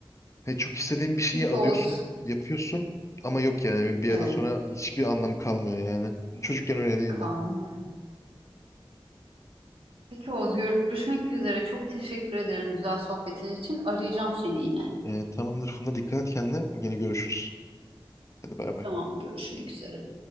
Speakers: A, on the left (about 30°); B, on the right (about 80°).
A: He, çok istediğin bir şeyi
B: Peki
A: alıyorsun,
B: Oğuz.
A: yapıyorsun ama yok yani. Bir yerden
B: Evet,
A: sonra hiçbir anlamı kalmıyor yani. Çocukken öyle değildi.
B: Kaan. Peki Oğuz, görüşmek üzere. Çok teşekkür ederim güzel sohbetin için. Arayacağım seni yine.
A: E, tamamdır Funda. Dikkat et kendine. Yine görüşürüz. Hadi bay bay.
B: Tamam, görüşmek üzere.